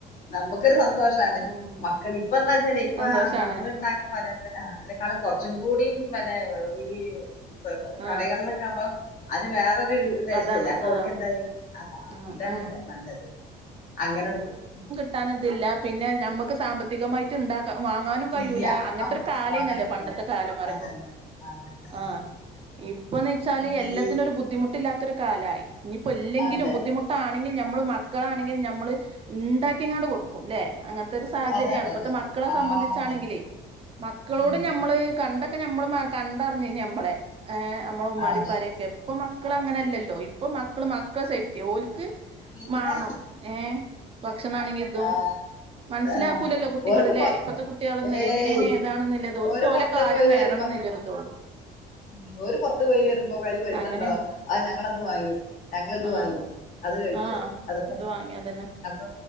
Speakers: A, on the left; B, on the right.
A: നമക്കൊരു സന്തോഷമാണ്
B: ഉം
A: മക്കള് ഇപ്പ എന്താച്ചാല് ഇപ്പ
B: സന്തോഷാണ്
A: നമ്മള്ണ്ടാ അതിനേക്കാളും കുറച്ചും കൂടിം <unintelligible> പിന്നെ ഈ <unintelligible> കടകളിലൊക്കെ
B: ആഹ്
A: ആവുമ്പോ അതിന് വേറൊരു ടേസ്റ്റല്ലേ
B: അതാണ്
A: അപ്പൊ ഓർക്കെന്തായി
B: ആഹ്
A: ആഹ്
B: ഉം
A: ഇതാണ്
B: ഉം
A: നല്ലത് അങ്ങനട് പോയി
B: ട്ടാന് ഇതില്ല പിന്നെ നമ്മക്ക് സാമ്പത്തികമായിട്ട്ണ്ടാക്ക വാങ്ങാനും കഴൂല
A: ഇല്ല
B: അങ്ങൻത്തൊരു
A: നമുക്ക്
B: കാലൈന്നല്ലോ
A: വാങ്ങാനും
B: പണ്ടത്തെ
A: കഴിയില്ല
B: കാലം പറയുമ്പോ
A: അതന്നെ അതന്നെ
B: ആഹ് ഇപ്പ് പ്പൊന്നെച്ചാല്
A: പിന്നെ
B: എല്ലാത്തിനും
A: ഈ
B: ഒരു ബുദ്ധിമുട്ടില്ലാത്തൊരു കാലയി ഇനിയിപ്പൊ ഇല്ലെങ്കിലും
A: അതെ
B: മുട്ടാണെങ്കിൽ നമ്മള് മക്കളാണെങ്കി നമ്മള്ണ്ടാക്കി ക്കിങാട് കൊടുക്കും അല്ലെ അങ്ങനത്തെ ഒരു സാഹചര്യണ്
A: അതെ അതെ
B: ഇപ്പത്തെ
A: അതെ
B: മക്കളെ
A: ആ
B: സംബന്ധിച്ചാണെങ്കിലേ
A: അതന്നെ
B: മക്കളോട്
A: ഉം
B: ഞമ്മള് കണ്ട ഒക്കെ നമ്മള് മ കണ്ടറിഞ്ഞ് ഞമ്മളെ ഏ നമ്മളെ ഉമ്മാരിപ്പരിയൊക്കെ
A: അതെ
B: പ്പൊ മക്ക മക്കള് അങ്ങനെല്ലല്ലോ ഇപ്പം മക്കള് മക്കള് സേഫ്റ്റി ഓൽ ക്
A: പിന്നെ
B: മാണം ഏഹ് ഭക്ഷണാണെങ്കിതും
A: ആ
B: മനസ്സിലാക്കൂലല്ലോ
A: ആ,
B: കുട്ടികള്
A: ഓർക്ക് പുറ-
B: ഇപ്പഴത്തെ കുട്ടികള്ന്ന്
A: ഏയ്
B: എങ്ങനെയാണ് ഏതാണെന്നല്ലത് ഒരുല
A: ഓര് പൊറത്ത്
B: കാര്യം
A: പോയി
B: നേടണം
A: വരുമ്പം
B: എന്നുല്ലൊരുതോള്ളൂ
A: ഉം ഓര് പൊർത്ത് പോയി വരുമ്പോ കയ്യില് പൈസണ്ടോ
B: അങ്ങനെയാണ്
A: ആ ഞങ്ങളത് വാങ്ങി ഞങ്ങള്ത്
B: ആഹ്
A: വാങ്ങി അത് കഴിച്ചു
B: ആഹ്
A: അതെനെ
B: ഇത് വാങ്ങിയതന്നെ
A: അപ്പൊ